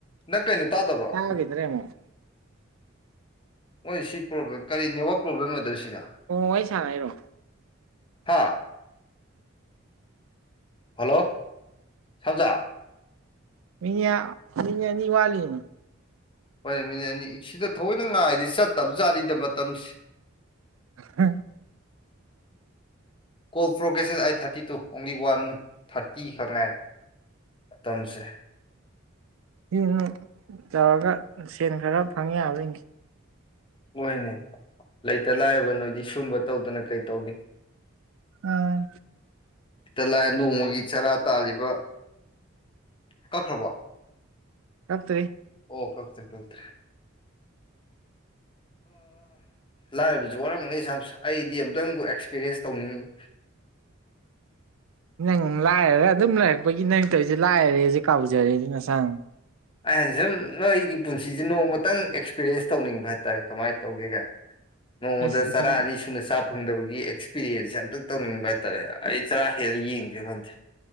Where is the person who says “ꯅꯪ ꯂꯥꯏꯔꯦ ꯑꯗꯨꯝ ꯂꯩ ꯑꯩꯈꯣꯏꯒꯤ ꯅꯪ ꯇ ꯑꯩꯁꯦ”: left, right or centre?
Right